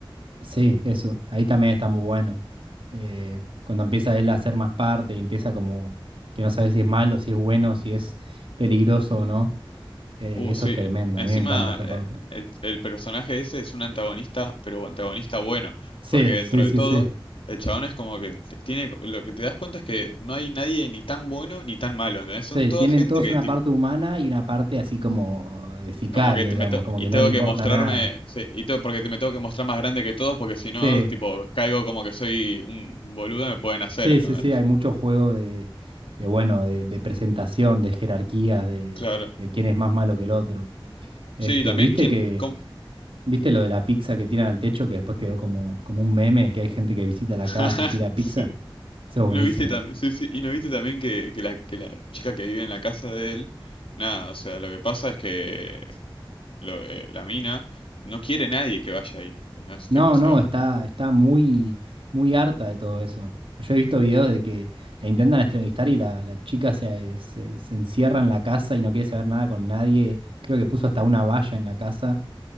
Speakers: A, on the right (about 80°); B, on the left (about 85°).
A: Sí, eso. Ahí también está muy bueno. Eh, cuando empieza él a hacer más parte y empieza como que no sabes si es malo, si es bueno, si es peligroso o no. eh,
B: Uh,
A: eso
B: sí.
A: es tremendo.
B: Encima,
A: A mí me encanta esa
B: eh,
A: parte.
B: el, el personaje ese es un antagonista, pero antagonista bueno,
A: Sí,
B: porque dentro
A: sí,
B: de
A: sí,
B: todo,
A: sí.
B: el chabón es como que t- tiene, lo que te das cuenta es que no hay nadie ni tan bueno ni tan malo, ¿entendés?
A: Sí,
B: Son toda
A: tienen
B: gente
A: todos
B: que
A: una
B: tipo,
A: parte humana y una parte así como de sicario,
B: como que te
A: digamos,
B: meto
A: como
B: y
A: que
B: tengo
A: no le importa
B: que mostrarme,
A: nada.
B: sí, y tengo, porque te me tengo que mostrar más grande que todos, porque si
A: Sí,
B: no, tipo, caigo como que soy un boludo, me pueden hacer,
A: sí,
B: ¿entendés?
A: sí, sí. Hay mucho juego de, de bueno, de, de presentación, de jerarquías, de,
B: Claro.
A: de quién es más malo que el otro. Este,
B: Sí, también
A: viste
B: quién,
A: que,
B: cómo-
A: viste lo de la pizza que tiran al techo que después quedó como, como un meme, que hay gente que visita la
B: <laughs>
A: casa y tira pizza.
B: Sí.
A: Eso es buenísimo.
B: ¿No viste también? Sí, sí. Y no viste también que, que la, que la chica que vive en la casa de él, nada, o sea, lo que pasa es que lo- eh, la mina no quiere nadie que vaya ahí. No es
A: No,
B: tipo, o sea,
A: no, está, está muy, muy harta de todo eso. Yo he visto videos de que la intentan entrevistar y la, la chica se, se, se encierra en la casa y no quiere saber nada con nadie. Creo que puso hasta una valla en la casa,